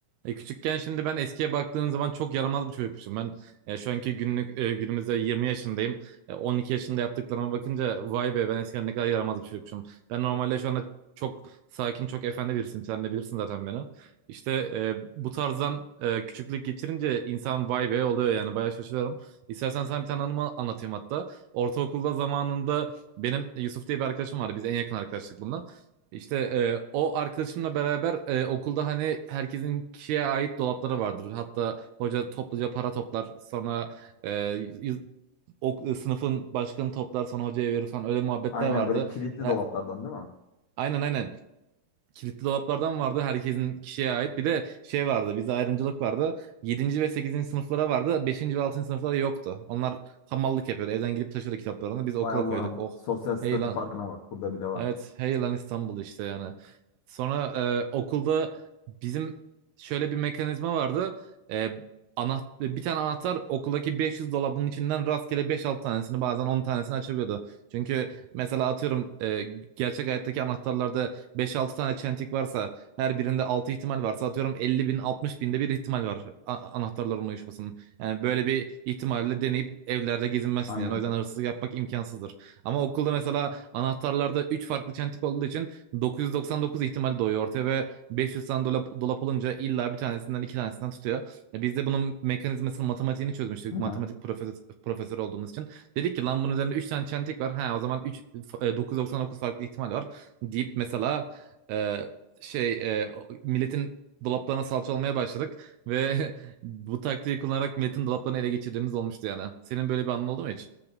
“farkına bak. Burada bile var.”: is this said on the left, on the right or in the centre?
Left